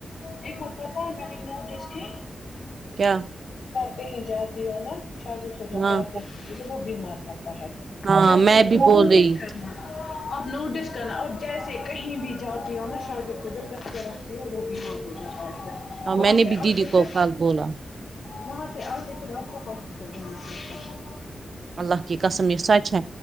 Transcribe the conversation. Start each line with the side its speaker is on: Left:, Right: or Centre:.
Left: ایک بتار میں نہیںن نوٹس کی
Right: کیا
Left: کہ جیادی ہو نا شاجب کو جب
Right: ہاں
Left: گا پ وہ بیمار پڑتا
Right: ہاں
Left: جب
Right: میں
Left: بھی اپم
Right: بول رہی
Left: کرنا آپ نوٹس کرنا اپ جیسے کہیں بھی جاتی ہو نا شاہذب کو جب رتے ہو وہ بیمار ہو جاتا ہے
Right: اور میں
Left: وہ
Right: نے
Left: سے
Right: بھی
Left: آ
Right: دیدی
Left: پھر
Right: کو کل بولا
Left: وہاں سے آ کے پھر آپ کو ہاسپٹل جانا پڑتا ہے
Right: اللہ کی قسم یہ سچ ہے